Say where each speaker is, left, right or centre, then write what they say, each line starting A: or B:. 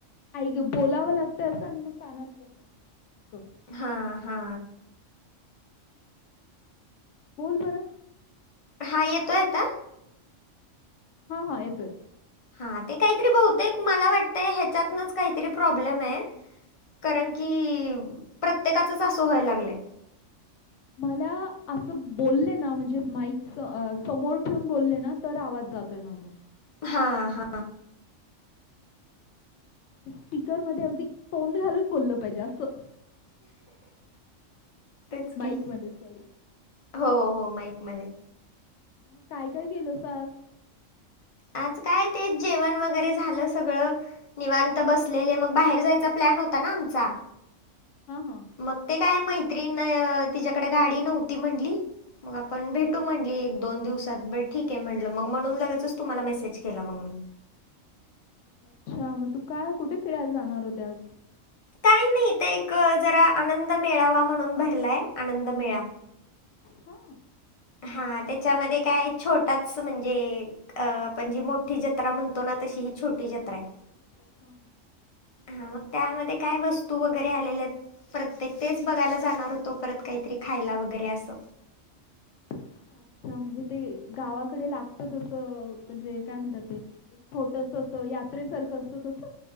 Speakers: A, on the left; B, on the left.
A: हाय गं बोलावं लागतंय असं. आणि मग कानात पकडावं लागतो असं.
B: हा हा
A: बोल बरं
B: हा येतोय आता?
A: हा हा येतोय.
B: हा ते काहीतरी बहुते मला वाटतंय, ह्याच्यातनच काहीतरी प्रॉब्लेम आहे. कारण की प्रत्येकाचच असं व्हायला लागलंय.
A: मला असं बोले ना म्हणजे, माईक समोर ठेवून बोले न तर आवाज जा तोय माझा
B: हा हा
A: स्पीकर मध्ये अगदी तोंड घालून बोललं पाहिजे असं.
B: तेच
A: माईकमध्ये
B: की
A: सॉरी.
B: हो हो माईक मध्ये.
A: मग काय काय केलं सा आज
B: आज काय ते जेवण वगैरे झालं सगळं. निवांत बसलेले मग बाहेर जायचा प्लॅन होता ना आमचा.
A: हा हा
B: मग ते काय मैत्रीण तिच्याकडे गाडी नव्हती म्हणली. मग आपण भेटू म्हणली एक दोन दिवसात बर ठीक आहे म्हणटलं मग म्हणून लगेचच तुम्हाला मेसेज केला मग मी.
A: अच्छा मग तू काय कुठे फिरायला जाणार होते आज?
B: काही नाही ते एक जरा आनंद मेळावा म्हणून भरलाय, आनंद मेळा.
A: हा
B: हा त्याच्यामध्ये काय छोटाच म्हणजे अ आपण जी मोठी जत्रा म्हणतो ना तशी ही छोटी जत्रा आहे.
A: हा हा
B: हा मग त्यामध्ये काय वस्तू वगैरे आलेल्या आहेत. प्रत्येक तेच बघायला जाणार होतो परत काहीतरी खायला वगैरे असं.
A: अच्छा म्हणजे ते गावाकडे लागत तसं म्हणजे काय म्हणतात ते एक छोटस अस यात्रेसारखं असतं, तस?